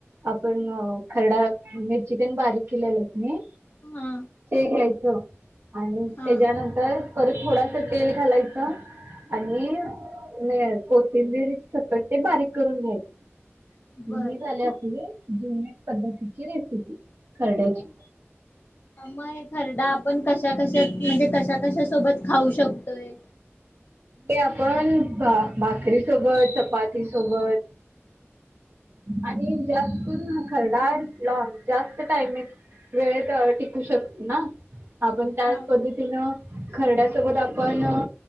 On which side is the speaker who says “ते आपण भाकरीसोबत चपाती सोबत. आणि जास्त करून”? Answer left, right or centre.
Right